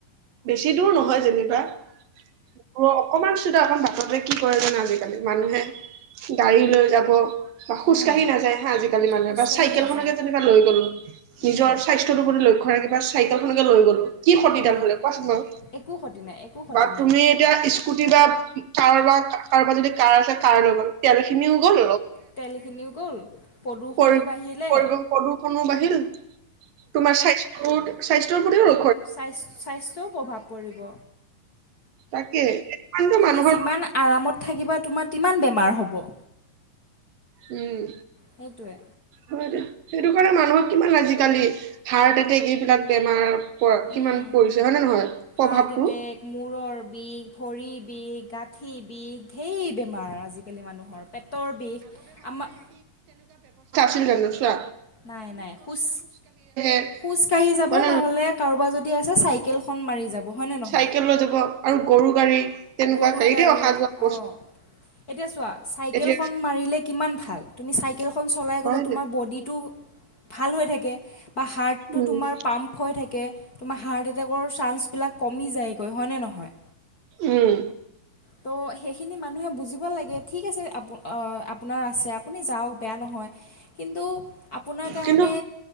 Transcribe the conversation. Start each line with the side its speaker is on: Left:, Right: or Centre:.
Right: বেছি দূৰ নহয় যেনিবা <unintelligible> অকণমান চুধা অকণ বাটতে কি কৰে যানা আজিকালি মানুহে গাড়ী লৈ যাব বা খোজকাঢ়ি
Left: উম,
Right: নাযায় আজিকালি মানে
Left: খোজকাঢ়ি
Right: বা চাইকেল
Left: নাযায়
Right: খনেকে যেনিবা লৈ গ'লো নিজৰ
Left: উম,
Right: স্বাস্থ্যটো প্ৰতি লক্ষ্য ৰাখিবা চাইকেলখনকে লৈ গ'লো কি খতিদাল
Left: উম,
Right: হলে কোৱাচোন বাও
Left: একো ক্ষতি নাই একো ক্ষতি
Right: বা
Left: নাই
Right: তুমি এতিয়া স্কুটি বা কাৰ বাক কাৰোবাৰ যদি কাৰ আছে কাৰ লৈ গ'ল তেলখিনিও গ'ল
Left: তেলখিনিও গ'ল প্ৰদূষণো
Right: প্ৰ
Left: বাঢ়িলে
Right: প্ৰদূ প্ৰদূষনো বাঢ়িল তোমাৰ স্বাস্থ্যত স্বাস্থ্য টোৰো
Left: স্ব স্বাস্থ্যও প্ৰভাৱ পৰিব।
Right: তাকে
Left: তুমি
Right: মানুহৰ
Left: যিমান আৰামত থাকিবা তোমাৰ টিমান বেমাৰ হব। ব'
Right: উম
Left: সেইটোৱে।
Right: হয় সেইটো কাৰণে মানুহক কিমান আজিকালি হাৰ্ট এটেক এইবিলাক বেমাৰ কিমান
Left: উম
Right: পৰিছে হয় নে নহয় প্ৰভাৱটো
Left: হাৰ্ট এটেক, মূৰৰ বিষ, ভৰি বিষ, গাত পৃথিৱী ধেইৱ বেমাৰ আজি কালি মানুহৰ পেটৰ বিষ আমা
Right: চিগ নছা
Left: নাই নাই খোজ
Right: হয়
Left: খোজ কঢ়ি যাব
Right: নে
Left: নহলে
Right: নহয়
Left: কাৰোবাৰ যদি আছে চাইক কেলখন মাৰি যাব। হয়নে নহয়
Right: চাইকেল লৈ যাব আৰু গৰু গাড়ী। তেনেকুৱা
Left: গৰু
Right: গাড়ীতে
Left: গাড়ী
Right: অহা যোৱা বস্তু
Left: অ' এতিয়া চোৱা চাইকেলখন
Right: এতিয়া
Left: মাৰিলে কিমান ভাল তুমি চাই কেলখন চলাই গ'লে
Right: হয়
Left: তোমাৰ
Right: দে।
Left: বডিটো ভাল হৈ থাকে। বা হাৰ্টটো
Right: উম
Left: তোমাৰ পাম্প হৈ থাকে। তোমাৰ হাৰ্ট এটেকৰ চান্সবিলাক কমি যায়। কৈ হয় নে নহয়?
Right: উম
Left: ত' সেইখিনি মানুহে বুজিব লাগে ঠিক আছে আ অ' আপোনাৰ আছে আপুনি যওক বেয়া নহয়। কিন্তু আপোনাৰ কাৰণে
Right: কিন্তু